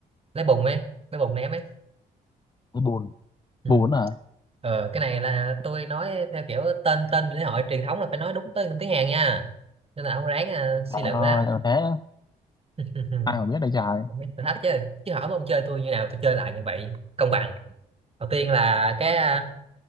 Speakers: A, on the right; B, on the left.
A: Lấy bùn ấy, lấy bùn ném ấy.
B: Ừ, bùn
A: ừ.
B: bùn à
A: ờ, cái này là tôi nói theo kiểu tên tên lễ hội truyền thống là phải nói đúng tên tiếng Hàn nha nên là ông ráng à, suy
B: Trời
A: luận
B: ơi,
A: đó
B: ờ, thế
A: <laughs>
B: ai mà biết đây trời
A: Cũng biết thử thách chứ chứ hỏi mà ông chơi tôi như nào tôi chơi lại như vậy công bằng đầu tiên là cái à,